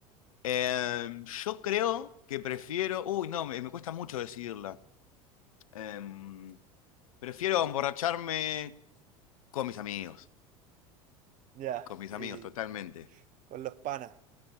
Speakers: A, on the left (about 75°); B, on the right (about 45°).
A: Em, yo creo que prefiero. Uy, no, me, me cuesta mucho decidirla. Em, prefiero emborracharme con mis amigos.
B: Ya,
A: Con mis
B: y
A: amigos, totalmente.
B: con los panas.